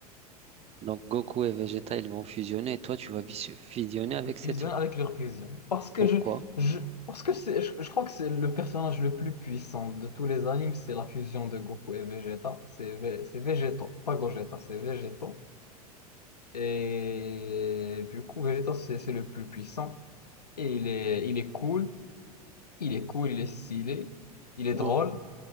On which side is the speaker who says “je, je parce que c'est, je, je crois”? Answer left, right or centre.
Left